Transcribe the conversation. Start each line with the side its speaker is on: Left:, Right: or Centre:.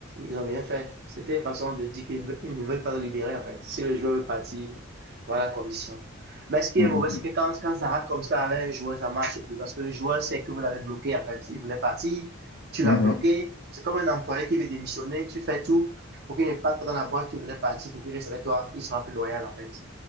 Right: ils ont bien fait. C'était une façon de dire qu'ils ne veulent ils ne veulent pas le libérer, en fait. Si le joueur veut partir, voilà la condition. Mais ce qui
Left: Mm,
Right: est mauvais, c'est que quand, quand ça rate comme ça avec un joueur, ça ne marche plus. Parce que le joueur sait que vous l'avez bloqué, en fait. Il voulait partir, tu l'as
Left: mm, mm.
Right: bloqué. C'est comme un employé qui veut démissionner, tu fais tout pour qu'il ne parte pas dans la boîte, tu voulais partir, pour qu'il reste avec toi. Il sera plus loyal, en fait.